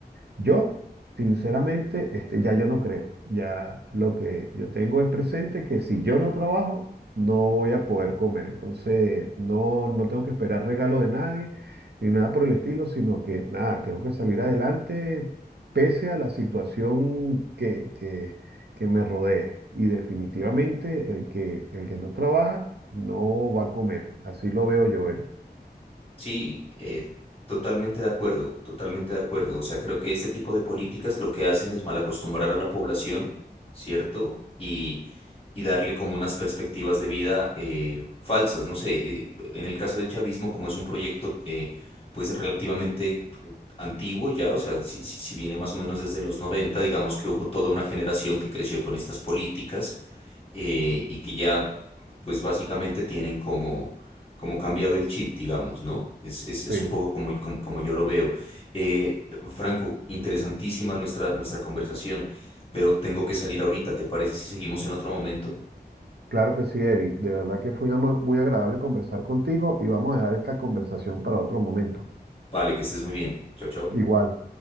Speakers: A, on the right; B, on the left.
A: yo, sinceramente, este, ya yo no creo. Ya lo que yo tengo es presente que si yo no trabajo, no voy a poder comer. Entonces, no, no tengo que esperar regalo de nadie ni nada por el estilo, sino que nada, tengo que salir adelante pese a la situación que, que, que me rodee. Y definitivamente el que, el que no trabaja no va a comer. Así lo veo yo, Eric.
B: Sí, eh, totalmente de acuerdo, totalmente de acuerdo. O sea, creo que este tipo de políticas lo que hacen es mal acostumbrar a la población, ¿cierto? Y, y darle como unas perspectivas de vida eh, falsas. No sé, eh, en el caso del chavismo, como es un proyecto eh, pues relativamente eh, antiguo ya, o sea, si, si, si viene más o menos desde los 90, digamos que hubo toda una generación que creció con estas políticas eh, y que ya, pues básicamente tienen como, como cambiado el chip, digamos, ¿no? Es, es, es
A: Sí.
B: un poco como, como, como yo lo veo. Eh, Franco, interesantísima nuestra, nuestra conversación, pero tengo que salir ahorita. ¿Te parece si seguimos en otro momento?
A: Claro que sí, Eric. De verdad que fue muy agradable conversar contigo y vamos a dejar esta conversación para otro momento.
B: Vale, que estés muy bien. Chao, chao.
A: Igual.